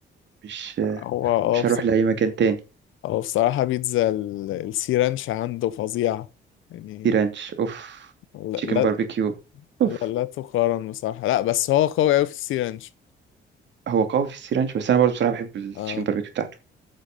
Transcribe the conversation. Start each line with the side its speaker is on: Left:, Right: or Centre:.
Right: مش
Left: هو
Right: مش
Left: اه
Right: هروح لاي مكان تاني
Left: هو بصراحة بيتزا ال- السي رانش عنده فظيعة يعني
Right: سي رانش اوف
Left: لا
Right: تشيكن
Left: لا
Right: باربيكيو اوف
Left: لا, لا تقارن بصراحة لا بس هو قوي أوي في السي رانش
Right: هو قوي في السي رانش بس انا برضه بصراحه بحب التشيكن
Left: اه
Right: باربيكيو بتاعته